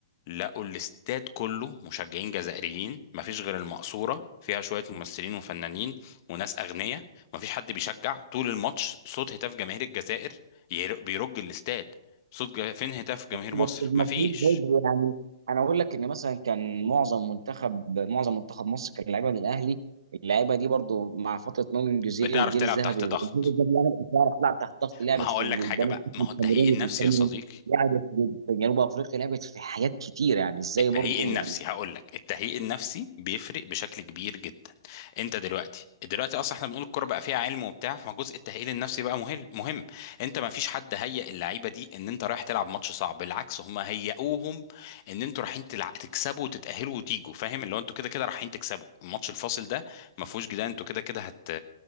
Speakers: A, on the left (about 40°); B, on the right (about 75°).
A: لقوا الاستاد كله مشجعين جزائريين مفيش غير المقصوره فيها شويه ممثلين وفنانين وناس اغنياء مفيش حد بيشجع طول الماتش صوت هتاف جماهير الجزائر ير- بيرج الاستاد صوت جا- فين هتاف جماهير
B: بس
A: مصر
B: المفروض
A: مفيش
B: برضه يعني انا اقول لك ان مثلا كان معظم منتخب معظم منتخب مصر كان لعيبه من الاهلي اللعيبه دي برضه مع فتره ناضي الجوزيه
A: بتعرف
B: والجيل
A: تلعب
B: الذهبي
A: تحت ضغط
B: والجيل الذهبي الاهلي بتعرف تلعب تحت ضغط لعبت
A: ما هقول
B: في
A: لك
B: قدام
A: حاجه بقى
B: الحكم
A: ما
B: الكاميروني
A: هو التهيئ النفسي
B: في الكاميرون
A: يا صديقي
B: لعبت في في جنوب افريقيا لعبت في حاجات كتير يعني ازاي
A: التهيئ
B: برضه
A: النفسي
B: يعني
A: هقول لك التهيئ النفسي بيفرق بشكل كبير جدا انت دلوقتي دلوقتي اصلا احنا بنقول الكوره بقى فيها علم وبتاع فجزء التهيئ النفسي بقى مهم مهم انت ما فيش حد هيئ اللعيبه دي ان انت رايح تلعب ماتش صعب بالعكس هم هيئوهم ان انتوا رايحين تلع... تكسبوا وتتاهلوا وتيجوا فاهم اللي هو انتوا كده كده رايحين تكسبوا الماتش الفاصل ده ما فيهوش جدال انتوا كده كده هت...